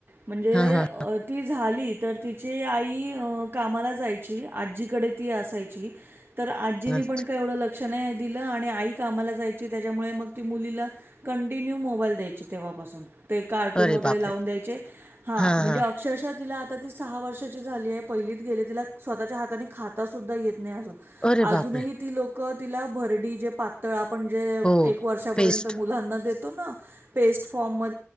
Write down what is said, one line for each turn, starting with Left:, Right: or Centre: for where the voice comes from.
Right: म्हणजे
Left: हां हां
Right: ती झाली तर तिची आई कामाला जायची आजीकडे ती असायची. तर आजीनी
Left: अच्छा
Right: पण काय एवढं लक्ष नाही आहे दि आणि आई कामाला जायची त्याच्यामुळे मग ती मुलीला कंटिन्यू मोबाईल द्यायची तेव्हापासून. ते कार्टून
Left: अरे
Right: वगैरे
Left: बापरे
Right: लावून द्यायचे हा
Left: हां
Right: म्हणजे.
Left: हां
Right: अक्षरशः तिला आता ती सहा वर्षाची झाली आहे पहिलीत गेली तिला स्वतःच्या हाताने खाता सुुद्धा येत नाही आजत
Left: अरे बापरे
Right: अजूनही ती लोक तिला भरडी जे प तर आपण जे
Left: हो
Right: एक वर्षापर्यंत
Left: पेस्ट
Right: मुलांना देतो ना पेस्ट फॉर्म म